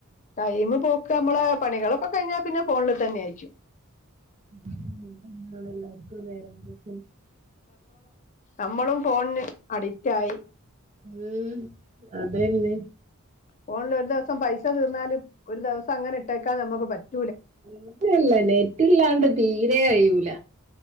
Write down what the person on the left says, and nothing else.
ടൈമ് പോക്ക് അമ്മളെ പണികളൊക്കെ കഴിഞ്ഞാ പിന്നെ ഫോണില് തന്ന്യായിക്കും.
അമ്മളും ഫോൺന് അഡിറ്റായി.
ഫോണിലൊരു ദെവസം പൈസ തീർന്നാല് ഒരു ദെവസം അങ്ങനെട്ടേക്കാൻ ഞമ്മക്ക് <unintelligible>